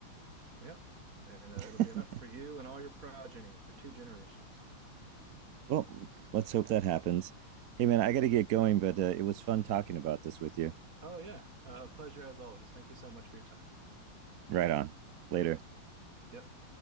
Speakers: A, on the right; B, on the right.
A: Yep. And uh,
B: <laughs>
A: it'll be enough for you and all your progeny for two generations.
B: well, let's hope that happens. Hey man, I gotta get going, but uh, it was fun talking about this with you.
A: Oh, yeah. Uh, a pleasure as always. Thank you so much for your time.
B: Right on. Later.
A: Yep.